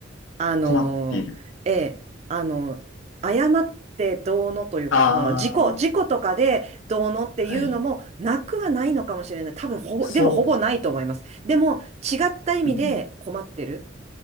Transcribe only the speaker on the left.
困っている。
ああ、
はい。
そ
う。うん。